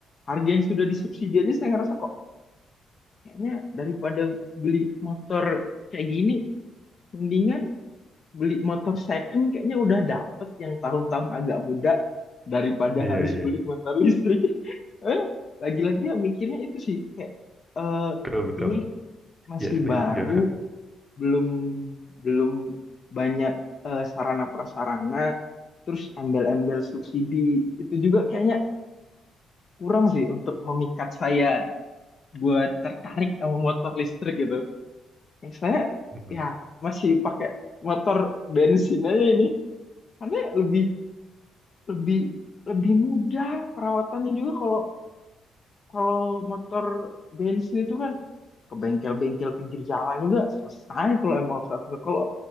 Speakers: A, on the left; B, in the centre.
A: harga yang sudah disubsidi aja saya ngerasa kok kayaknya daripada beli motor kayak gini mendingan beli motor second kayaknya udah dapet yang tahun-tahun agak muda daripada
B: iya
A: harus
B: iya
A: beli motor listrik. <laughs> Eh, lagi-lagi ya mikirnya itu sih kayak eh,
B: betul betul
A: ini masih
B: ya setuju
A: baru
B: setuju
A: belum belum banyak eh, sarana prasarana terus embel-embel subsidi itu juga kayaknya kurang sih untuk memikat saya buat tertarik sama motor listrik gitu yang saya
B: <laughs>
A: ya masih pakai motor bensin aja ini karena lebih lebih lebih mudah perawatannya juga kalau kalau motor bensin itu kan ke bengkel-bengkel pinggir jalan juga selesai kalau emang harus kalau